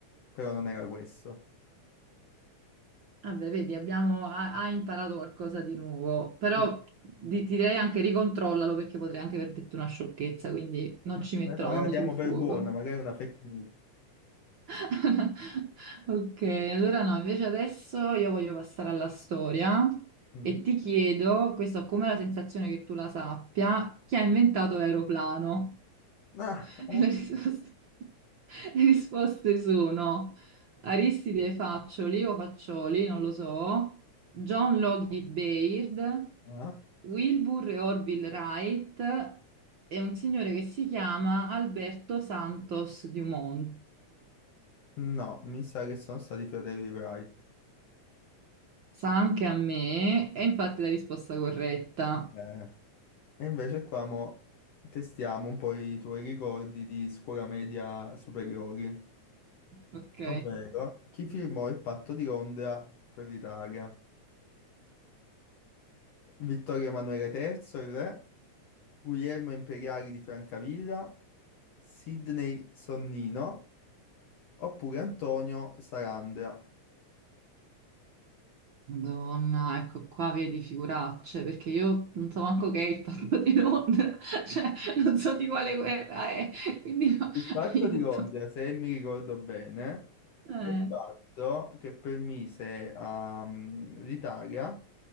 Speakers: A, on the left (about 60°); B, on the right (about 65°).
A: però non era questo.
B: Vabbè, vedi, abbiamo, ha, ha imparato qualcosa di nuovo, però
A: Mm.
B: di- ti direi anche ricontrollalo perché potrei anche aver detto una sciocchezza, quindi non
A: <laughs>
B: ci metto
A: Beh, no,
B: la
A: la
B: mano
A: diamo
B: sul fuoco.
A: per buona, magari è una fake news.
B: <laughs> Ok, allora no, invece adesso io voglio passare alla storia
A: Mm.
B: e ti chiedo, questa ho come la sensazione che tu la sappia, chi ha inventato l'aeroplano?
A: Ah,
B: <laughs>
A: ok.
B: E Le risposte, le risposte sono Aristide Faccioli o Faccioli, non lo so, John Logie Baird,
A: Ah.
B: Wilbur e Orville Wright e un signore che si chiama Alberto Santos Dumont.
A: No, mi sa che sono stati i fratelli Wright.
B: Sa anche a me, è infatti la risposta corretta.
A: Eh. E invece qua mo testiamo un po' i tuoi ricordi di scuola media superiori,
B: Ok.
A: ovvero chi firmò il patto di Londra per l'Italia? Vittorio Emanuele III, il re, Guglielmo Imperiali di Francavilla, Sidney Sonnino oppure Antonio Sarandea?
B: Madonna, ecco qua vedi figuracce, perché io non so manco che è il patto di Londra, <laughs> cioè non so di quale guerra è, quindi no,
A: Il patto
B: <laughs> aiuto.
A: di Londra, se mi ricordo bene,
B: Eh.
A: è il patto che permise all'Italia